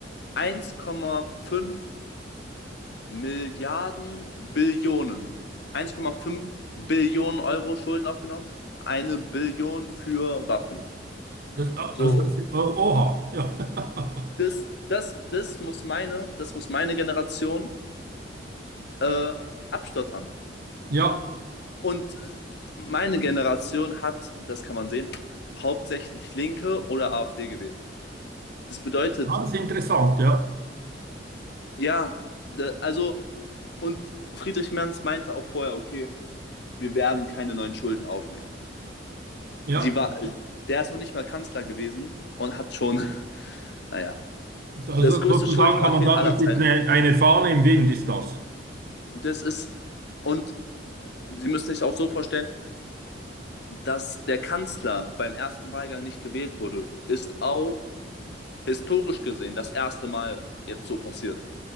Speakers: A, on the left; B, on the right.
A: 1,5 Milliarden Billionen. 1,5 Billionen Euro Schulden aufgenommen. Eine Billion für Waffen.
B: das, ah,
A: So,
B: also das, oh, oha, ja,
A: das,
B: <laughs>
A: das, das muss meine, das muss meine Generation äh, abstottern.
B: ja,
A: Und meine Generation hat, das kann man sehen, hauptsächlich Linke oder AfD gewählt. Das bedeutet,
B: Alles interessant, ja,
A: ja, da, also, und Friedrich Merz meinte auch vorher, okay, wir werden keine neuen Schulden aufnehmen.
B: ja.
A: Die war, der ist noch nicht mal Kanzler gewesen und hat schon, <laughs> naja,
B: Also
A: das größte
B: sozusagen
A: Schuldenpaket
B: kann man sagen,
A: aller
B: das
A: Zeiten.
B: ist eine, eine Fahne im Wind, ist das.
A: Das ist, und Sie müssen sich auch so vorstellen, dass der Kanzler beim ersten Wahlgang nicht gewählt wurde, ist auch historisch gesehen das erste Mal jetzt so passiert,